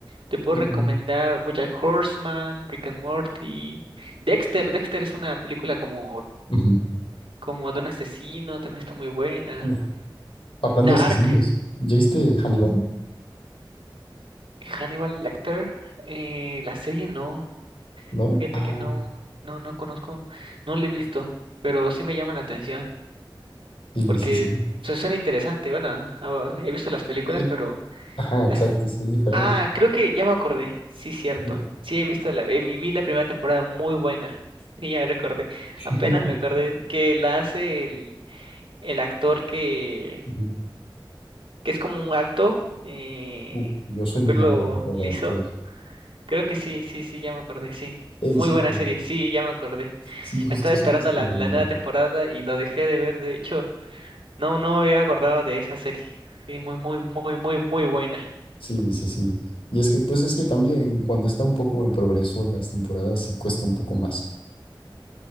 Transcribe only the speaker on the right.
Te puedo
recomendar BoJack Horseman, Rick and Morty. Dexter, Dexter es una película como
como de un asesino, también está muy buena.
Dark,
Hannibal Lecter, eh, la serie no,
fíjate
que no, no, no conozco, no la he visto, pero sí me llama la atención,
porque
su- suena interesante, bueno, ah, he visto las películas,
pero
las...
Ah, creo que ya me acordé, sí, cierto,
sí he visto la, eh, vi vi la primera temporada muy buena, sí, ya me recordé,
apenas me acordé que la hace el, el actor que
que es como un alto, eh,
con
pelo
liso.
Creo que sí, sí, sí, ya me acordé, sí.
Muy
buena
serie, sí, ya me acordé.
Estaba esperando
la,
la nueva
temporada y lo dejé de ver, de hecho, no, no me había acordado de esa serie. Sí, muy, muy, muy, muy, muy buena.